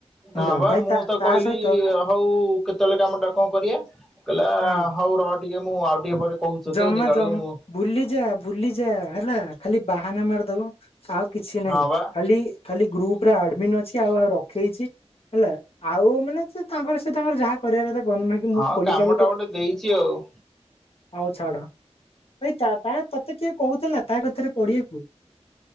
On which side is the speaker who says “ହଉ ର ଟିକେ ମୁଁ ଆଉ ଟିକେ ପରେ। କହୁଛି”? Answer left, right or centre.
Centre